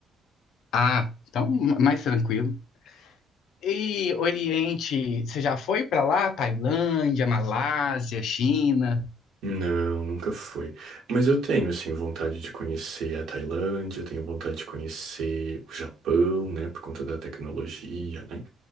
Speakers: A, on the left; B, on the right.
A: Ah, então ma- mais tranquilo. E Oriente, você já foi pra lá? Tailândia, Malásia, China?
B: Não, nunca fui. Mas eu tenho, assim, vontade de conhecer a Tailândia, eu tenho vontade de conhecer o Japão, né, por conta da tecnologia, né?